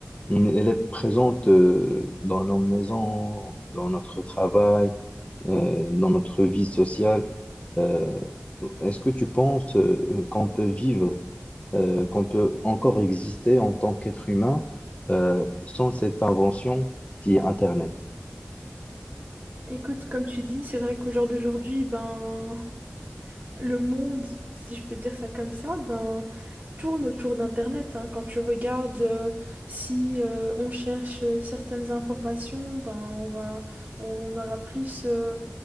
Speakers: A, on the left; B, on the right.
A: Elle est présente euh, dans nos maisons, dans notre travail, euh, dans notre vie sociale. Euh, est-ce que tu penses euh, qu'on peut vivre euh, qu'on peut encore exister en tant qu'être humain euh, sans cette invention qui est Internet.
B: Écoute, comme tu dis, c'est vrai qu'au jour d'aujourd'hui, ben, le monde, si je peux dire ça comme ça, ben, tourne autour d'Internet, hein. Quand tu regardes, euh, si euh, on cherche euh, certaines informations, ben, on va, on aura plus, euh,